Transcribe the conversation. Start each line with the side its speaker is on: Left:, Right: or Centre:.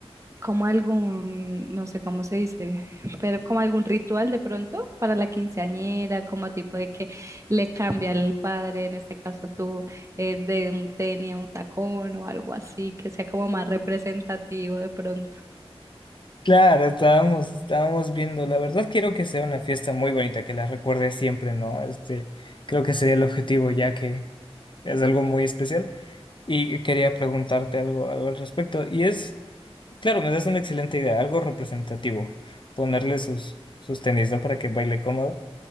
Right: como algún, no sé cómo se dice, <laughs> pero como algún ritual de pronto para la quinceañera, como tipo de que le cambia el padre, en este caso tú, eh, de un tenis a un tacón o algo así, que sea como más representativo de pronto.
Left: Claro, estábamos, estábamos viendo. La verdad quiero que sea una fiesta muy bonita, que la recuerde siempre, ¿no? Este, creo que sería el objetivo, ya que es algo muy especial. Y quería preguntarte algo, algo al respecto. Y es Claro, me das una excelente idea, algo representativo, ponerle sus, sus tenis, ¿no? Para que baile cómodo.